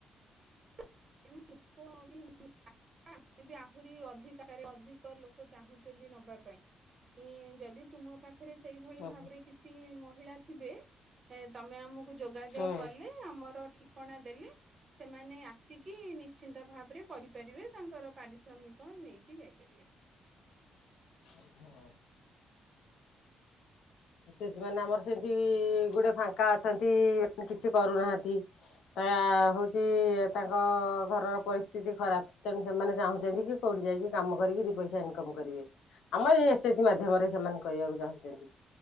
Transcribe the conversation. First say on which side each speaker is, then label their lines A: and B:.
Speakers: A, on the right (about 40°); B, on the left (about 85°).
A: <unintelligible> ଆହୁରି ଅଧିକା ଅଧିକ ଲୋକ ଚାହୁଁଛନ୍ତି ନବା ପାଇଁ। ଯଦି ତୁମ ପା ଖରେ ସେଇଭଳି
B: ହଁ
A: ଭାବରେ କିଛି ମହିଳା ଥିବେ ତମେ ଆମକୁ ଯୋଗାଯୋଗ
B: ହଁ
A: କଲେ ଆମର ଠିକଣା ଦେଲେ ସେମାନେ ଆସିକି କି ନିଶ୍ଚିନ୍ତ ଭାବରେ କରିପାରିବେ ତାଙ୍କର ପାରିଶ୍ରମିକ ନେଇକି ଯାଇପାରିବେ।
B: ହୁଁ ଶି ଆମର ସେମିତି ଗୋଡେ ଫାଙ୍କା ଅଛନ୍ତି ସେମାନେ କିଛି କରୁନାହାନ୍ତି। ତା ହେଉଛି ତାଙ୍କ ଘରର ପରିସ୍ଥିତି ଖରାପ ତେଣୁ ସେମାନେ ଚାହୁଁଛନ୍ତି କି କୋଉଠି ଯାଇକି କାମ କରିକି ଦି ପଇସା ଇନକମ୍ କରିବେ ଆମର ଏଇ ଏସେଜି ମାଧ୍ୟମରେ ସେମାନେ କରିବାକୁ ଚାହୁଁଛନ୍ତି।